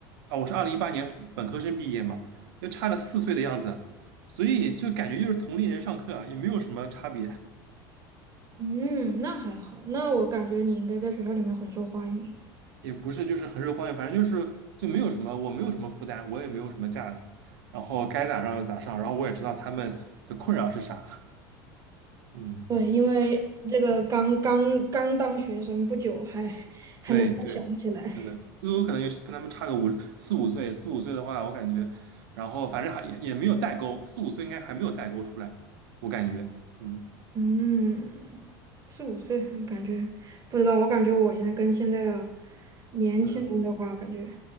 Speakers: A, on the right; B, on the right.
A: 啊。我是二零一八年本科生毕业嘛，又差了四岁的样子，所以就感觉就是同龄人上课啊，也没有什么差别。
B: 嗯，那还好，那我感觉你应该在学校里面很受欢迎。
A: 也不是就是很受欢迎，反正就是就没有什么，我没有什么负担，我也没有什么架子，然后该咋上就咋上，然后我也知道他们的困扰是啥，嗯，
B: 对，因为这个刚刚刚当学生不久还还能够想起来。
A: 对对，是的，所以我可能也是跟他们差个五四五岁，四五岁的话，我感觉，然后反正还也也没有代沟，四五岁应该还没有代沟出来，我感觉，嗯
B: 嗯，四五岁，感觉不知道，我感觉我现在跟现在的年轻人的话，
A: 嗯，
B: 感觉